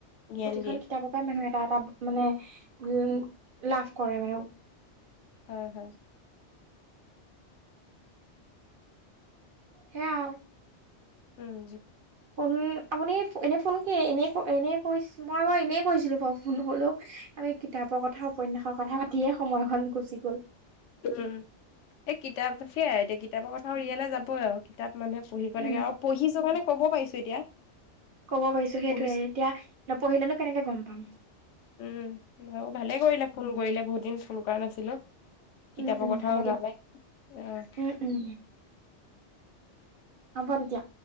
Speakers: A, on the left; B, on the right.
A: জ্ঞান
B: প্ৰতিখন
A: দিয়ে
B: কিতাপৰ পৰাই মানুহ এটা, এটা মানে উম, লাভ কৰে মানে।
A: হয়, হয়।
B: সেয়া আৰু।
A: উম।
B: ফোন, আপুনি এনেই ফোন কি, এনেই, এনেই কৰিছ, মই বাৰু এনেই কৰিছিলোঁ বাৰু ফোন হ'লেও। আমি কিতাপৰ কথা, উপন্যাসৰ কথা, পাতিয়ে সময়খন গুচি গ'ল।
A: উম, এই কিতাপ, সেয়াই এতিয়া কিতাপৰ কথা উলিয়ালে যাবই আৰু কিতাপ মানুহে পঢ়িব
B: উম
A: লাগে, আৰু পঢ়িছো কাৰণে ক'ব পাৰিছোঁ এতিয়া।
B: ক'ব পাৰিছো সেইটোৱে,
A: পঢ়িছো
B: এতিয়া নপঢ়িলেনো কেনেকে গম পাম।
A: উম, বাৰু ভালে কৰিলে ফোন কৰিলে, বহুত দিন ফোন কৰা নাছিলোঁ।
B: উম
A: কিতাপৰ
B: উম
A: কথাও
B: হ'ব
A: ওলালে,
B: দিয়ক
A: অ'।
B: উম উম হ'ব তেতিয়া।